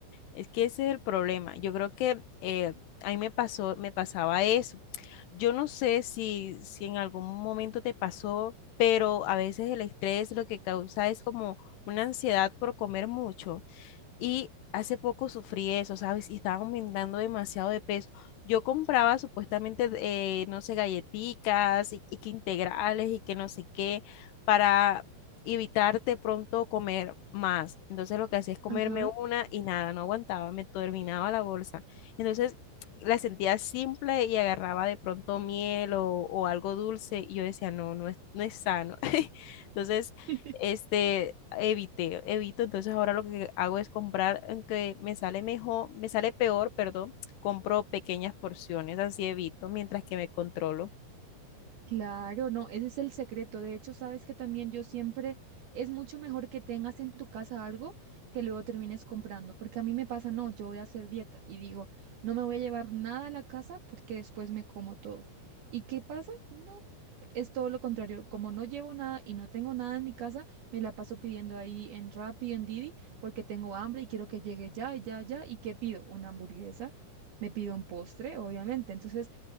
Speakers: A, on the left; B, on the right.
A: Es que ese es el problema. Yo creo que eh, a mí me pasó, me pasaba eso. Yo no sé si, si en algún momento te pasó, pero a veces el estrés lo que causa es como una ansiedad por comer mucho. Y hace poco sufrí eso, ¿sabes? Y estaba aumentando demasiado de peso. Yo compraba supuestamente, eh, no sé, galletitas y, y que integrales y que no sé qué para evitarte pronto comer más. Entonces lo que hacía es comerme
B: Ajá.
A: una y nada, no aguantaba, me terminaba la bolsa. Entonces la sentía simple y agarraba de pronto miel o, o algo dulce y yo decía, no, no es, no es sano. <laughs> Entonces
B: <laughs>
A: este, evité, evito, entonces ahora lo que hago es comprar, aunque me sale mejor, me sale peor, perdón, compro pequeñas porciones, así evito, mientras que me controlo.
B: Claro, no, ese es el secreto. De hecho, sabes que también yo siempre es mucho mejor que tengas en tu casa algo que luego termines comprando, porque a mí me pasa, no, yo voy a hacer dieta y digo, no me voy a llevar nada a la casa porque después me como todo. ¿Y qué pasa? No, es todo lo contrario. Como no llevo nada y no tengo nada en mi casa, me la paso pidiendo ahí en Rappi, en Didi, porque tengo hambre y quiero que llegue ya, ya, ya. ¿Y qué pido? Una hamburguesa. Me pido un postre, obviamente. Entonces,